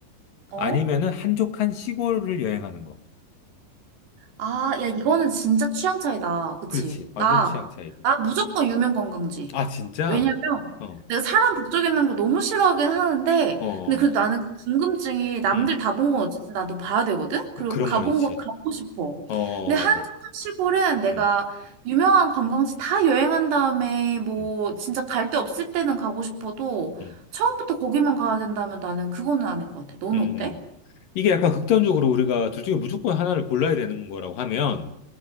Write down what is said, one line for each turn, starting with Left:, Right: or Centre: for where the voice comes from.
Right: 어?
Left: 아니면은 한적한 시골을 여행하는 거.
Right: 아, 야, 이거는 진짜 취향 차이다. 그치?
Left: 그렇지.
Right: 나,
Left: 완전 취향 차이지.
Right: 나 무조건 유명 관광지.
Left: 아, 진짜?
Right: 왜냐면
Left: 어,
Right: 내가 사람 북적이는 걸 너무 싫어하긴 하는데,
Left: 어,
Right: 근데 그래도 나는 그 궁금증이 남들
Left: 음,
Right: 다 본 건 어쨌든 나도 봐야 되거든? 그리고
Left: 그런
Right: 가본
Left: 거 있지.
Right: 곳 가보고 싶어.
Left: 어,
Right: 근데
Left: 맞아.
Right: 한적한 시골은 내가
Left: 음,
Right: 유명한 관광지 다 여행한 다음에 뭐
Left: 음,
Right: 진짜 갈 데 없을 때는 가고 싶어도
Left: 음,
Right: 처음부터 거기만 가야 된다면 나는 그거는 아닐 것 같아. 너는
Left: 음.
Right: 어때?
Left: 이게 약간 극단적으로 우리가 둘 중에 무조건 하나를 골라야 되는 거라고 하면,